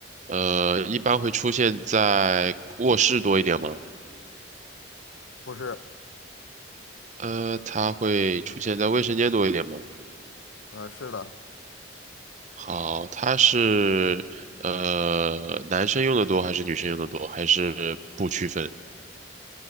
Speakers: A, on the right; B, on the left.
A: 呃，一般会出现在卧室多一点吗？
B: 不是，
A: 呃，它会出现在卫生间多一点吗？
B: 呃，是的，
A: 好，它是，呃，男生用的多还是女生用的多？还是不区分？